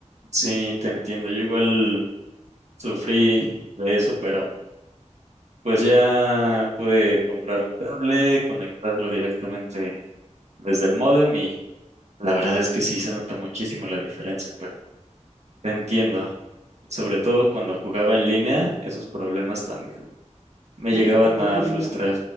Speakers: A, on the right (about 65°); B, on the right (about 80°).
A: Sí, te entiendo. Yo igual sufrí de eso, pero pues ya pude comprar un cable, conectarlo directamente desde el módem y la verdad es que sí se nota muchísimo la diferencia, pero te entiendo. Sobre todo
B: Ujú.
A: cuando jugaba en línea, esos problemas también me
B: Sí,
A: llegaban
B: ¿no? Para jugar
A: a
B: en línea,
A: frustrar.